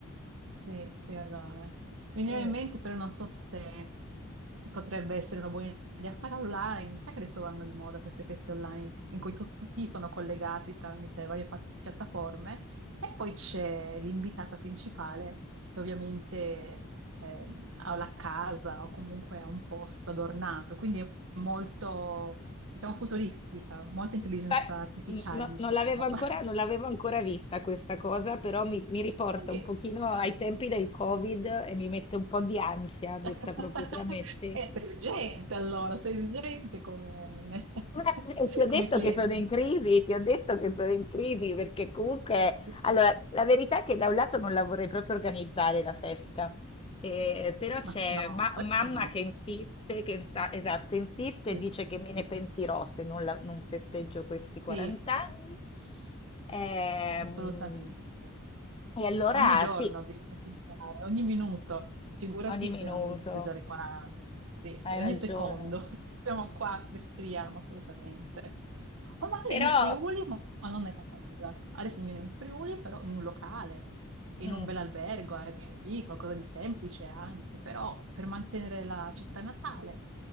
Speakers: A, on the right (about 60°); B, on the left (about 25°).
A: Sì, sì, Adone. Mi veniva
B: Mm,
A: in mente, però non so se potrebbe essere una buona idea fare online. Sai che adesso vanno di moda queste feste online in cui tu- tutti sono collegati tramite varie pa- piattaforme e poi c'è l'invitata principale che ovviamente eh, ha la casa o comunque ha un posto adornato, quindi è molto, diciamo, futuristica, molta intelligenza
B: sai,
A: artificiale,
B: mm, no-
A: diciamo.
B: non l'avevo ancora,
A: <laughs>
B: non l'avevo ancora vista questa cosa, però mi, mi riporta
A: Sì,
B: un pochino ai tempi del Covid e mi mette un po' di ansia, detta
A: <laughs>
B: proprio tra me e te.
A: Eh, sei vigente allora, sei vigente come, <laughs>
B: Ma- Eh, Ti ho detto
A: come cliente.
B: che sono in crisi, ti ho detto che sono in crisi perché comunque,
A: Sì, sì,
B: allora,
A: sì.
B: la verità è che da un lato non la vorrei proprio organizzare la festa, eh, però c'è
A: Ma s- no,
B: ma-
A: ma questo
B: mamma
A: no.
B: che insiste, che sa- esatto, insiste
A: Sì,
B: e dice che me ne pentirò se non, la- non festeggio questi 40
A: sì,
B: anni. Ehm,
A: assolutamente.
B: e allora
A: Ogni giorno
B: sì,
A: devi festeggiare, ogni minuto. Figurati
B: ogni
A: se
B: minuto,
A: non devi festeggiare qua, sì, sì,
B: hai
A: ogni
B: ragione.
A: secondo. <laughs> Siamo qua, respiriamo assolutamente. O magari
B: Però...
A: in Friuli, ma ma non nella casa. Adesso mi viene in Friuli, però in un locale, in
B: mm.
A: un bel albergo, Airbnb, qualcosa di semplice anche, però per mantenere la città natale